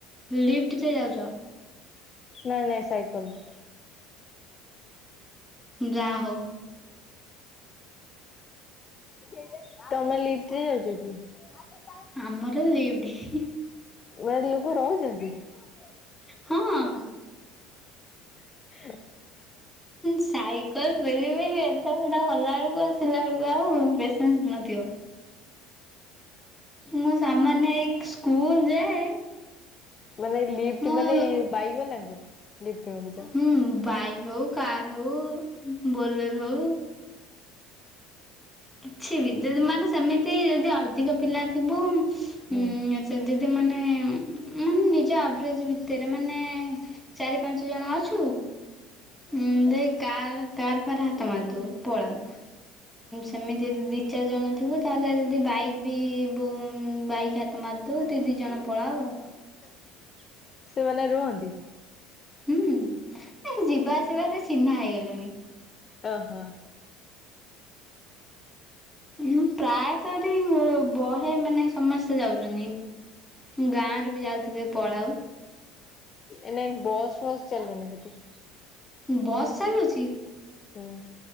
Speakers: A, in the centre; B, on the left.
A: ଲିଫ୍ଟ ଯେ ଯାଉଚ।
B: ନାଇଁ ନାଇଁ ସାଇକଲରେ।
A: ଯାହା ହଉ।
B: <inaudible> ତମେ ଲିଫ୍ଟରେ ଯାଉଛ କି? <inaudible>
A: ଆମର ଲିଫ୍ଟ।
B: ୱିଡିଓ ଲୋକ ରହିଚନ୍ତି। <inaudible>
A: ହଁ
B: <unintelligible>
A: ସାଇକଲ ମିଳିବନି ଏଥର ତ ଗଲା ବେଳକୁ ଆସିଲା ବେଳକୁ ଆଉ ପେସେନ୍ସ ନଥିବ। ମୁଁ ସାମାନ୍ୟ ଏଇ ସ୍କୁଲ ଯାଏ।
B: ମାନେ ଲିଫ୍ଟ
A: ମୁଁ
B: ମାନେ ଏଇ ବାଇଗ ବାଲାଙ୍କୁ। ଲିଫ୍ଟ ମାଗୁଛ
A: ହୁଁ ବାଇକ୍ ହଉ କାର ହଉ। ବୋଲର ହଉ। <inaudible> <inaudible> କିଛି ବି ଯଦି ମାନେ ସେମିତି ଯଦି ଆ ଅଧିକ ପିଲା ଥିବୁ ଉଁ
B: ହୁଁ
A: ସେ ଦୀନ ସେ ମାନେ ମାନେ ନିଜ ଆଭ୍ରେଜେ ଭିତରେ ମାନେ ଚାରି ପାଞ୍ଚ ଜଣ ଅଛୁ। ହୁଁ ବେ କାର କାର ଫାର ହାତ ମାରଦଉ ପଳାଉ ସେମିତି ଯଦି। ଦି ଦି ଚାରି ଜଣ ଥିବୁ ତାହେଲେ ଯଦି ବାଇକ୍ ବି ବୋ ବାଇକ୍ ହାତ ମାରିଦଉ ଦି ଦି ଜଣ ପଳାଉ।
B: <inaudible> ସେମାନେ ରୁହନ୍ତି।
A: ହୁଁ ଏ ଯିବା ଆସିବାଟା ଚିହ୍ନା ହେଇଗଲାଣି।
B: ଓ ହୋ।
A: ଉଁ ପ୍ରାୟତ ଏଠି ବହେ ମାନେ ସମସ୍ତେ ଯାଉଚନ୍ତି। ଗାଁରୁ ବି ଯାଉଥିବେ ପଳାଉ।
B: ଏ ଲାଇନ ବସ୍ ଫସ୍ ଚାଲୁନି ସେଠି।
A: ବସ୍ ଚାଲୁଚି।
B: ହୁଁ